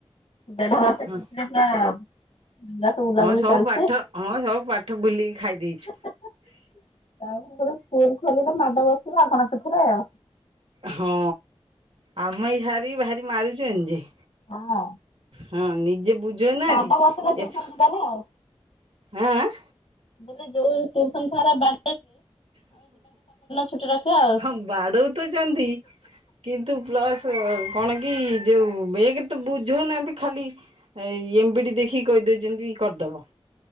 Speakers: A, on the left; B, on the right.
A: ଦେଢମାସେ
B: ହଁ
A: ଛୁଟିରେ ପୁରା ବିନଦାସ୍ ବୁଲାବୁଲି
B: ହଁ ସବୁ
A: ଚାଲିଚି
B: ପାଠ ହଁ ସବୁ ପାଠ ବୁଲିକି ଖାଇ ଦେଇଛୁ
A: ତା ଉପରେ ଷ୍କୁ ଖଲିତ ମାଡ଼ ବସିବ ଆଉ କଣ ପିଠିରେ ଆଉ।
B: ହଁ ଆମେ ଏଇ ସାରିବି ଭାରି ମାରୁଛୁନ୍ତି ଯେ।
A: ହଁ।
B: ହଁ ନିଜେ ବୁଝୋଉନାହାନ୍ତି
A: ମାଡ ବସିଲେ ଟ୍ୟୁସନ
B: ଏଥ
A: ଯିବାନି ଆଉ।
B: ଆଁ ଆଁ।
A: ବୋଲେ ଯୋଉ ଟ୍ୟୁସନ ସାରା ବା ଛୁଟି ରଖିବା ଆଉ।
B: ହଁ ବାଡ଼ଉତଚନ୍ତି କିନ୍ତୁ ପ୍ଲସ୍ କଣ କି ଯୋଉ ଏକେରତ ବୁଝୋଉନାହାନ୍ତି ଖାଲି ଏମଵି ଡ଼ି ଦେଖିକି କଇଦୌଛନ୍ତି କରିଦବ।